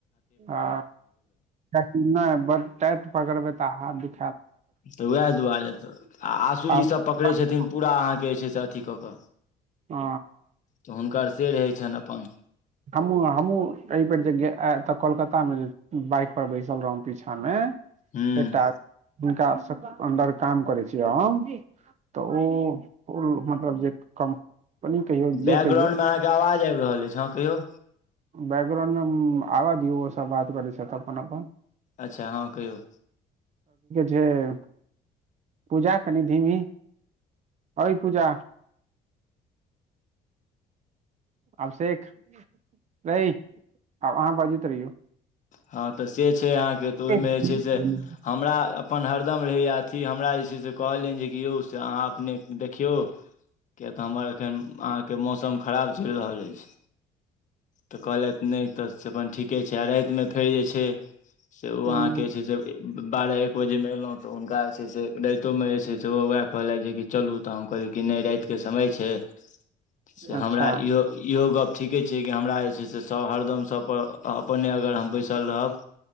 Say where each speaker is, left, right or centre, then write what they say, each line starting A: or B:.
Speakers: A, on the right; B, on the left.
A: हँ कि नहि बढ़ टाइट पकड़बै तऽ हाथ दुखेत
B: तऽ उएह दुआरे तऽ आ आशूजीसभ
A: दोसर
B: पकड़ै
A: बात
B: छथिन पूरा अहाँके जे छै से अथिी कऽ कऽ
A: ह
B: तऽ हुनकर से रहै छनि अपन
A: हम्मू हम्मू एहि पर द गेल ए तऽ कोलकाता मे बाइक पर बैसल रहं पीछा मे
B: हूँ
A: एकटा हुनका अंदर काम करै छिय हम तऽ ओ मतलब जे कम्पनी कहियौ
B: बैकग्राउंडमे
A: जे कहियौ
B: अहाँके आवाज आबि रहल अछि हँ कहियौ
A: बैकग्राउण्डमे आबऽ दियौ ओ सब बात करै छथि अपन अपन
B: अच्छा हँ कहियौ
A: जे पूजा कनि धीमी ए पूजा अभिषेक रह आ आहा बजयत रहियो
B: हँ तऽ से छै अहाँके तऽ ओहिमे
A: रहियौ
B: जे छै से हमरा अपन अर एकदम रहै अ हमरा जे से कहलनि जे यौ से अहाँ अपने देखियौ किएक तऽ हमर एखन अहाँके मौसम खराब चलि रहल अछि तऽ कहलथि नहि तऽ से अपन ठीके छै आ रायत में फेर जे छै से ओ अहाँके
A: हूँ
B: जे छै से बारह एक बजेमे एलहुँ तऽ हुनका जे छै से राइतोमे जे छै से ओ ओएह कहला जेक चलू तऽ हम कही कि नहि रात के समय छै से
A: अच्छा
B: हमरा इहो इहो गप ठीके छै कि हमरा जे छै से सभ हरदम सभप अपने अगर हम बैसल रहब